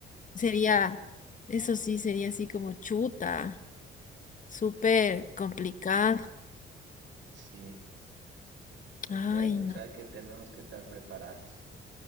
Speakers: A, on the left (about 40°); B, on the right (about 65°).
A: Sería,
B: claro,
A: eso sí, sería así como chuta, súper complicado.
B: sí.
A: Ay,
B: Bueno,
A: no.
B: pues hay que, tenemos que estar preparados.